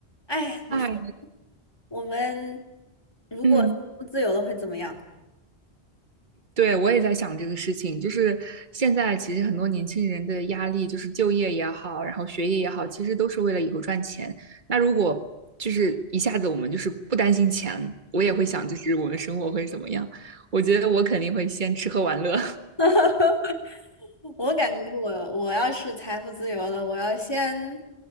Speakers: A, on the left (about 25°); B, on the right (about 45°).
A: 哎，你说
B: 嗨，
A: 我们如果不自由了会怎么样？
B: 嗯，对，我也在想这个事情，就是现在其实很多年轻人的压力，就是就业也好，然后学业也好，其实都是为了以后赚钱。那如果就是一下子我们就是不担心钱，我也会想，
A: 嗯，
B: 就是我们生活会怎么样？我觉得我肯定会先吃喝玩乐，
A: <laughs> 我感觉我我要是财富自由了，我要先